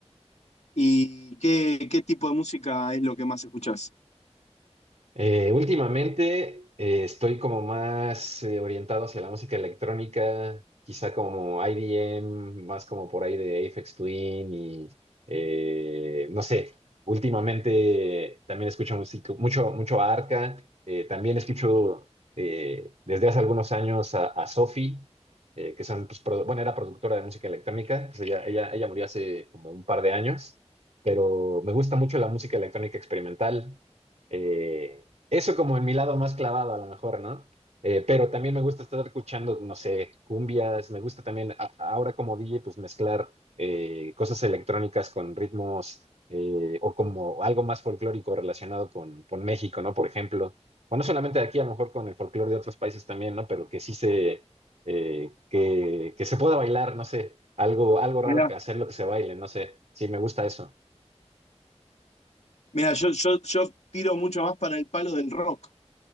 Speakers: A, on the left; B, on the right.
A: ¿y qué, qué tipo de música es lo que más escuchás?
B: Eh, últimamente eh, estoy como más eh, orientado hacia la música electrónica, quizá como IDM, más como por ahí de Aphex Twin y eh, no sé. Últimamente también escucho música, mucho, mucho a Arca. eh, también escucho eh, desde hace algunos años a, a Sophie, eh, que son, pues, produ- bueno, era productora de música electrónica. pues, ella, ella, ella murió hace como un par de años, pero me gusta mucho la música electrónica experimental. eh, eso como en mi lado más clavado a lo mejor, ¿no? Eh, pero también me gusta estar escuchando, no sé, cumbias, me gusta también a- ahora como DJ pues mezclar eh, cosas electrónicas con ritmos eh, o como algo más folclórico relacionado con, con México, ¿no? Por ejemplo, o no solamente de aquí, a lo mejor con el folclore de otros países también, ¿no? Pero que sí se, eh, que, que se pueda bailar, no sé, algo, algo raro
A: Mira,
B: que hacer lo que se baile, no sé, sí, me gusta eso,
A: Mira, yo, yo, yo tiro mucho más para el palo del rock.